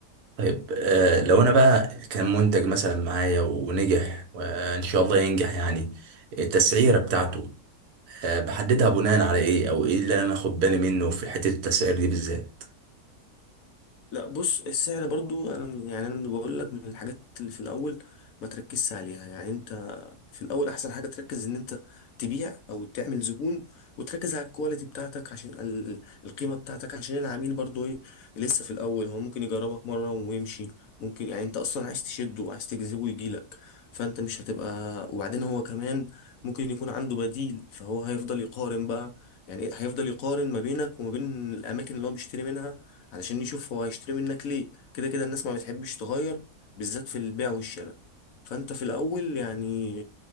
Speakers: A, on the right; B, on the left.
A: طيب آه، لو أنا بقى كان منتج مثلا معايا ونجح وإن شاء الله ينجح يعني التسعيرة بتاعته آه، بحددها بناء على إيه أو إيه اللي أنا آخد بالي منه في حتة التسعير دي بالذات؟
B: لا بص السعر برضو انا يعني انا بقول لك من الحاجات اللي في الاول ما تركزش عليها يعني انت في الاول احسن حاجه تركز ان انت تبيع او تعمل زبون وتركز على الكواليتي بتاعتك عشان ال- القيمه بتاعتك عشان العميل برضو ايه لسه في الاول هو ممكن يجربك مره ويمشي ممكن يعني انت اصلا عايز تشده وعايز تجذبه يجيلك فانت مش هتبقى وبعدين هو كمان ممكن يكون عنده بديل فهو هيفضل يقارن بقى يعني إيه؟ هيفضل يقارن ما بينك وما بين الاماكن اللي هو بيشتري منها علشان يشوف هو هيشتري منك ليه كده كده الناس ما بتحبش تغير بالذات في البيع والشراء فانت في الاول يعني